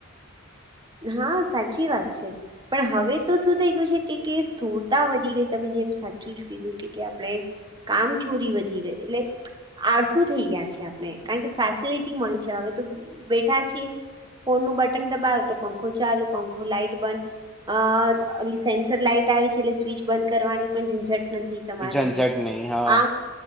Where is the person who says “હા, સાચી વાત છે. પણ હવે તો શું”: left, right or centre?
Right